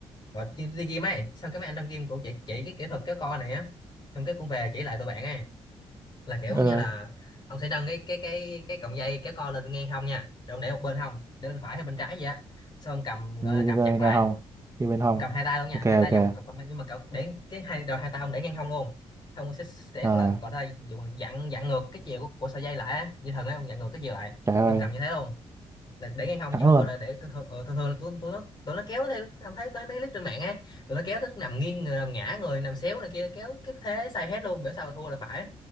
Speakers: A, on the left; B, on the right.
A: gọi đi, đi gym ấy xong cái mấy anh trong gym cũng chỉ chỉ cái kỹ thuật kéo co này á xong cái cũng về chỉ lại tụi bạn ấy là kiểu
B: ừ
A: như là ông sẽ nâng cái cái cái cái cọng dây kéo co lên ngang hông nha rồi ông để một bên hông để bên phải hay bên trái vậy á xong cầm gọi
B: như
A: là cầm
B: cái
A: chặt lại
B: này hồng như bên hồng
A: cầm hai tay luôn nha
B: ok
A: hai tay
B: ok
A: vào một cọng cọng- nhưng mà cậu để cái hai rồi hai tay ông để ngang hông luôn xong ông sẽ sẽ
B: à
A: gọi là gọi là dùng dặn dặn ngược cái chiều của, của sợi dây lại á như thần ấy ông dặn ngược cái chiều lại
B: trời
A: xong
B: ơi
A: cầm như thế luôn là để ngang hông
B: thắng
A: chứ không
B: luôn
A: có là để thường thường ờ, thường thường là tụi tụi nó tụi nó kéo theo ông thấy tôi thấy mấy clip trên mạng á tụi nó kéo tới nằm nghiêng người nằm ngã người nằm xéo này kia kéo cái thế sai hết luôn biểu sao thua là phải